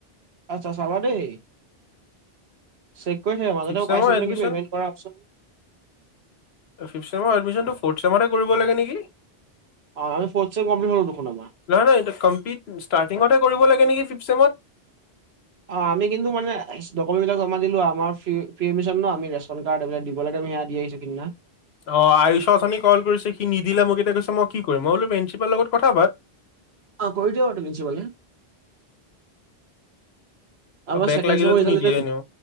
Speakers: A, on the right; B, on the left.
A: আচ্ছা চাবা দেই। চেক কৰি থাকিবা মাজতে
B: ফিফ্ট
A: মই
B: ছেমৰ
A: পাইছিলো
B: এডমিছন
A: নেকি পেমেণ্ট কৰা অপচন
B: ফিফ্ট ছেমৰ এডমিছনটো ফোৰ্ট ছেমতে কৰিব লাগে নেকি?
A: অ আমি ফৰ্থ চেম কমপ্লিট হলো দেখোন আমাৰ
B: নহয় নহয় কমপ্লিট ষ্টাৰ্টিঙতহে কৰিব লা নেকি ফিফ্টচেমত।
A: অ', আমি কিন্তু মানে ডকুমেণ্টবিলাক জমা দিলো আমাৰ ফ্ৰী এডমিচন ন আমি ৰেচন কাৰ্ড এইবিলাক দিব লাগে। সেয়া দি আহিছোঁ সিদিনা।
B: অ', আয়ুষৰ উঠনি কল কৰিছে। সি নিদিলে মোক এতিয়া কৈছে মই কি কৰিম মই বোলো প্ৰিঞ্চিপালৰ লগত কথা পাত।
A: অ', কৰি দিব পাৰেটো প্ৰিঞ্চিপালে।
B: আৰু
A: আমাৰ
B: বেক
A: ছেকেণ্ড
B: লাগিলেতো
A: চেমৰ ৰিজাল্ট
B: নিদিয়ে
A: দিলেতো
B: এনেও।